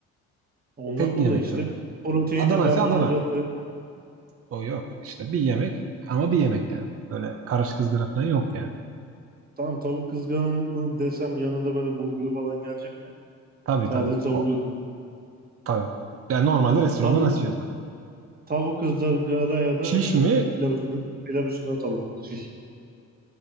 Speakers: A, on the right; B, on the right.
A: Ondan
B: Tek
A: dolayı
B: bir yemek
A: işte
B: söyleme.
A: proteini,
B: Adana
A: karbonhidratı.
B: ise Adana. O yok. İşte bir yemek ama bir yemek yani. Böyle karışık ızgara falan yok yani.
A: Tamam tavuk kızgarını desem yanında böyle bulguru falan gelecek mi?
B: Tabii
A: Sadece
B: tabii.
A: tavuk
B: O,
A: ızgara.
B: tabii. Yani normalde
A: Tamam.
B: restoranda
A: Tavuk
B: nasıl yiyorsan.
A: tavuk ızgara ya da
B: Şiş mi?
A: e, pilav üstüne, pilav üstüne tavuk. Şiş.